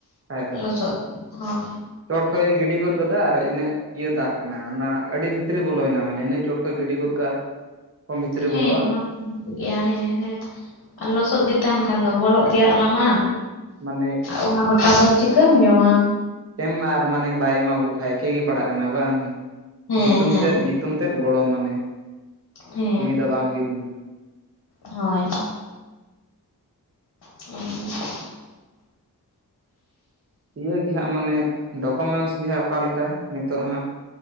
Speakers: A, on the right (about 35°); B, on the left (about 60°).
A: ᱠᱷᱟᱡ ᱫᱚ
B: ᱞᱚᱥᱚᱫ ᱦᱩᱸ᱾
A: ᱪᱚᱴ ᱠᱷᱚᱡ ᱮ ᱜᱤᱰᱤ ᱜᱚᱫ ᱠᱟᱫᱟ ᱟᱨ ᱤᱱᱟᱹᱜ ᱤᱭᱟᱹ ᱫᱟᱜ ᱠᱟᱱᱟ᱾ ᱚᱱᱟ ᱟᱹᱰᱤ ᱵᱷᱤᱛᱨᱤ ᱵᱚᱞᱚᱭ ᱮᱱᱟ ᱢᱟᱱᱮ ᱤᱱᱟᱹᱜ ᱪᱚᱴ ᱜᱤᱰᱤ ᱜᱚᱫ ᱠᱟᱜᱼᱟ᱾ ᱠᱚᱢ ᱵᱷᱤᱛᱨᱤ
B: ᱦᱮᱸ
A: ᱵᱚᱞᱚᱜᱼᱟ
B: ᱜᱮᱭᱟ, ᱦᱮᱸ ᱦᱮᱸ ᱟᱨ ᱞᱚᱥᱚᱫ ᱜᱮ ᱛᱟᱦᱮᱱ ᱠᱷᱟᱱ ᱫᱚ ᱵᱚᱞᱚᱜ ᱜᱮᱭᱟ ᱚᱱᱟ ᱢᱟ᱾
A: ᱢᱟᱱᱮ
B: ᱚᱱᱟ ᱫᱟᱠᱟ ᱫᱚ ᱪᱤᱠᱟᱹᱢ ᱡᱚᱢᱟ᱾
A: ᱮᱢ ᱟᱨ ᱢᱟᱱᱮ ᱵᱟᱭ ᱮᱢᱟᱠᱚ ᱠᱷᱟᱱ ᱮᱠᱮ ᱜᱮ ᱯᱟᱲᱟᱜ ᱠᱟᱱᱟ᱾ ᱵᱟᱝ
B: ᱦᱮᱸ
A: ᱧᱩᱛᱩᱢ
B: ᱦᱮᱸ
A: ᱛᱮᱫ ᱧᱤᱛᱩᱢ ᱛᱮᱫ ᱜᱚᱲ ᱢᱟᱱᱮ᱾
B: ᱦᱮᱸ,
A: ᱠᱟᱹᱢᱤ ᱫᱚ ᱵᱟᱝ ᱦᱩᱭ ᱞᱮᱱᱟ
B: ᱦᱳᱭ᱾ <unintelligible>
A: ᱤᱭᱟᱹ ᱜᱮ ᱦᱟᱸᱜ ᱢᱟᱱᱮ, ᱰᱚᱠᱳᱢᱮᱱᱥ ᱜᱮᱦᱟᱸᱜ ᱚᱠᱟ ᱞᱮᱠᱟ, ᱱᱤᱛᱚᱜ ᱦᱟᱸ᱾